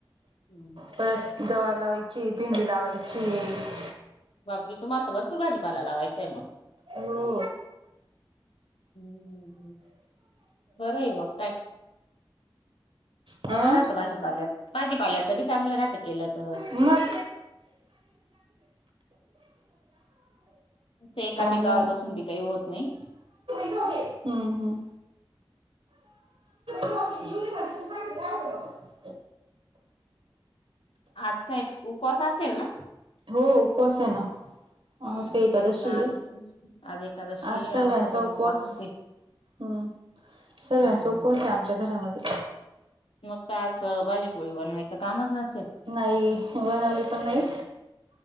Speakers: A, on the left; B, on the right.
A: हम्म हम्म.
B: परत गवार लावायचीये, भेंडी लावायचीये.
A: बापरे, तुम्हाला तर भरपूर भाजीपाला लावायचाय मग
B: हो.
A: हम्म, बरंय मग काय बरं
B: अं
A: राहतं भाजीपाल्यात, भाजीपाल्याचं बी चांगलं राहतं केलं त
B: मग
A: ते एका
B: चांगलं
A: पिकावर बसून बी काही होत नाही.
B: <inaudible> हं हं <inaudible>
A: आतुन
B: <inaudible>
A: आज काय, उपवास असेल ना?
B: हो, उपवास आहे ना?
A: हम्म
B: आज काही एकादशी
A: तेच ना
B: आहे,
A: आज आज एकादशी
B: आज
A: आहे
B: सर्वांचा
A: आमचा पण
B: उपवास.
A: उपवासच आहे.
B: हं सर्वांचा
A: हम्म
B: उपवास
A: हम्म.
B: आहे आमच्या घरामध्ये
A: मग आज भाजीपोळी बनवायचं कामच नसेल.
B: नाही बनवली, पण नाही.